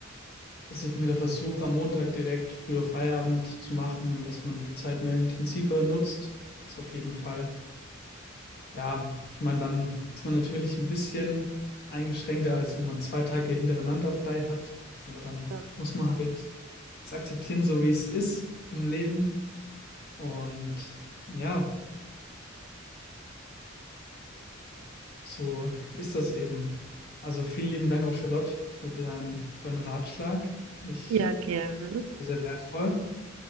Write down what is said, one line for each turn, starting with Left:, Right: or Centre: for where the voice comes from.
Left: dass ich mir da versuche, am Montag direkt früher Feierabend zu machen und dass man die Zeit mehr intensiver nutzt. Das auf jeden Fall. Ja, ich meine, dann ist man natürlich ein bisschen eingeschränkter, als wenn man zwei Tage hintereinander frei hat. Aber dann
Right: Ja,
Left: muss man halt es akzeptieren, so wie es ist im Leben. Und ja, so ist das eben. Also vielen lieben Dank auch Charlotte für deinen tollen Ratschlag. Ich
Right: Ja, gerne.
Left: sehr, sehr wertvoll.